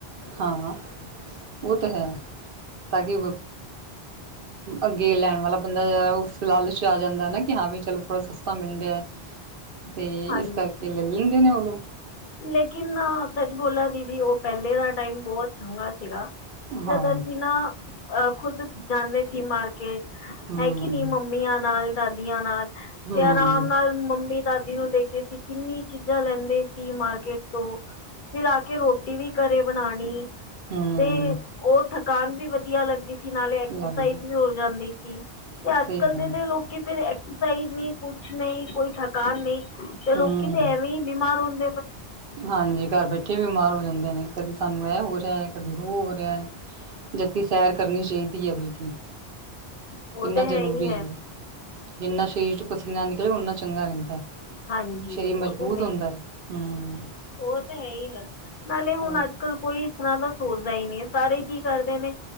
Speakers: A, on the right; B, on the left.
A: ਹਾਂ ਉਹ ਤਾਂ ਹੈ। ਤਾਂ ਕਿ, ਅੱਗੇ ਲੈਣ ਵਾਲਾ ਬੰਦਾ ਉਸ ਲਾਲਚ ਆ ਜਾਂਦਾ ਨਾ ਕਿ ਵੀ ਚਲੋ ਥੋੜਾ ਸਸਤਾ ਮਿਲਦਾ
B: <inaudible>
A: ਤੇ
B: ਹਾਂਜੀ
A: ਇਸ ਕਰਕੇ ਲੈ ਲੈਂਦੇ ਨੇ, ਉਹ ਲੋਕ
B: ਲੇਕਿਨ ਸੱਚ ਬੋਲਾਂ ਦੀਦੀ, ਉਹ ਪਹਿਲੇ ਦਾ ਟਾਈਮ ਬਹੁਤ ਚੰਗਾ ਸੀਗਾ
A: ਹਾਂ
B: ਜਦ ਅਸੀਂ ਨਾ ਅ ਖੁਦ ਜਾਂਦੇ ਸੀ, ਮਾਰਕੀਟ
A: ਹੂੰ
B: ਹੈਗੀ ਨੀ ਮੰਮੀਆਂ ਨਾਲ ਦਾਦੀਆਂ ਨਾਲ
A: ਹੂੰ
B: ਤੇ ਆਰਾਮ ਨਾਲ ਮੰਮੀ ਦਾਦੀ ਨੂੰ ਦੇਖਦੇ ਸੀ, ਕਿੰਨੀ ਚੀਜ਼ਾਂ ਲੈਂਦੇ ਸੀ ਮਾਰਕੀਟ ਤੋਂ ਫਿਰ ਆ ਕੇ ਰੋਟੀ ਵੀ ਘਰੇ ਬਣਾਣੀ
A: ਹੂੰ
B: ਤੇ ਉਹ ਥਕਾਨ ਵੀ ਵਧੀਆ ਲੱਗਦੀ। ਨਾਲੇ ਐਕਸਰਸਾਈਜ਼
A: ਲੱਗਦਾ
B: ਵੀ ਹੋ ਜਾਂਦੀ ਸੀ, ਤੇ ਅੱਜ-ਕਲ
A: ਸਹੀ ਗੱਲ
B: ਦੇ ਲੋਕੀ ਫ ਸਹੀ ਨਹੀਂ ਕੁਛ ਨਹੀਂ ਕੋਈ ਥਕਾਨ ਨਹੀਂ, ਤੇ ਲੋਕੀ
A: ਹੂੰ
B: ਤੇ ਐਵੇਂ ਹੀ ਬਿਮਾਰ ਹਦੇ
A: ਹਾਂਜੀ, ਘਰ ਬੈਠੇ ਬਿਮਾਰ ਹੋ ਜਾਂਦੇ ਨੇ ਕਦੀ ਸਾਨੂੰ ਇਹ ਹੋ ਰਿਹਾ ਹੈ, ਕਦੀ ਉਹ ਹੋ ਰਿਹਾ ਹੈ। ਜਦਕਿ ਸੈਰ ਕਰਨੀ ਚਾਹੀਦੀ ਹੈ, ਬਲਕਿ
B: ਉਹ
A: ਕਿੰਨਾ
B: ਤੇ ਹੈ
A: ਜ਼ਰੂਰੀ
B: ਹੀ
A: ਹੈ, ਜਿੰਨਾ ਸਰੀਰ ਚ ਪਸੀਨਾ ਨਿਕਲੇ ਨਾ ਚ ਚੰਗਾ ਰਹਿੰਦਾ ਹੈ,
B: ਹਾਂਜੀ
A: ਸਰੀਰ ਮਜ਼ਬੂਤ
B: ਉਹ ਤਾਂ
A: ਹੁੰਦਾ
B: ਹੀ
A: ਹੈ ਹੂੰ
B: ਉਹ ਤਾਂ ਹੈ ਹੀ ਹੈ, ਨਾਲੇ ਹੁਣ
A: ਹੋਰ
B: ਅੱਜ-ਕੱਲ ਕੋਈ ਇਸ ਤਰ੍ਹਾਂ ਦਾ ਸੋਚ ਦਾ ਹੀ ਨਹੀਂ ਸਾਰੇ ਕੀ ਕਰਦੇ ਨੇ